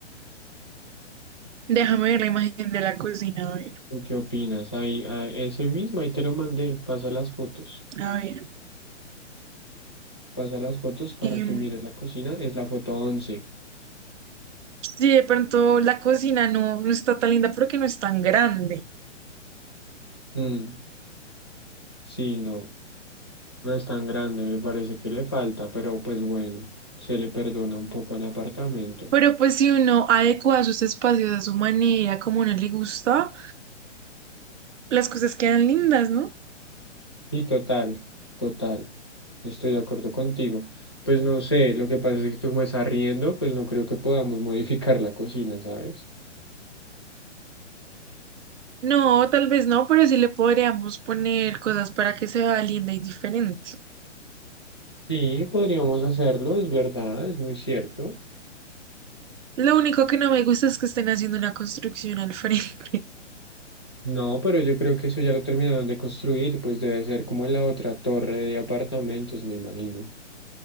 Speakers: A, on the right; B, on the left.
A: Déjame ver la imagen de la cocina, a ver,
B: ¿Tú qué opinas? Ahí, ah, ese mismo, ahí te lo mandé. Pasa las fotos.
A: a ver.
B: Pasa las fotos para
A: Em,
B: que mires la cocina. Es la foto once
A: Si de pronto la cocina no, no está tan linda porque no es tan grande.
B: Mm, sí, no. No es tan grande, me parece que le falta, pero pues bueno, se le perdona un poco al apartamento.
A: Pero pues si uno adecua sus espacios a su manera, como no le gusta, las cosas quedan lindas, ¿no?
B: Y total, total, estoy de acuerdo contigo. Pues no sé, lo que pasa es que como es arriendo, pues no creo que podamos <laughs> modificar la cocina, ¿sabes?
A: No, tal vez no, pero sí le podríamos poner cosas para que se vea linda y diferente.
B: Sí, podríamos hacerlo, es verdad, es muy cierto.
A: Lo único que no me gusta es que estén haciendo una construcción al frente.
B: No, pero yo creo que eso ya lo terminaron de construir, pues debe ser como la otra torre de apartamentos, me imagino.